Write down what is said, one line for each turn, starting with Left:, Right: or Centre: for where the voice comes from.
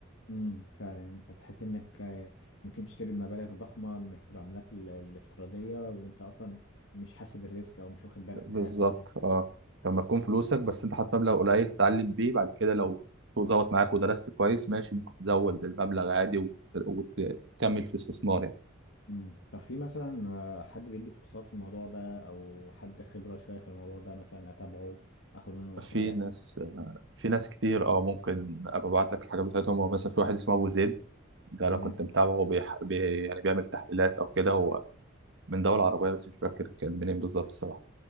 Left: امم فعلا انت بتحس انك آه، ممكن تشتري مبالغ ضخمه م- في العملات ال- الافتراضيه وانت اصلا مش حاسب الريسك او مش واخد بالك
Right: بالظبط
Left: من حاجات معينه
Right: اه لما تكون فلوسك بس انت حاطط مبلغ قليل تتعلم بيه بعد كده لو السوق ظبط معاك ودرست كويس ماشي ممكن تزود المبلغ عادي وت- وتكمل في استثمار يعني
Left: امم طب في مثلا آه، حد بيدي كورسات في الموضوع ده او حد خبره شويه في الموضوع ده مثلا اتابعه اخد منه نصايح
Right: في ناس في ناس كتير اه ممكن ابقى ابعت لك الحاجات بتاعتهم هو مثلا في واحد اسمه ابو زيد ده
Left: تمام
Right: انا كنت متابعه بيح... بي... يعني بيعمل تحليلات او كده هو من دولة عربية بس مش فاكر كان منين بالظبط الصراحة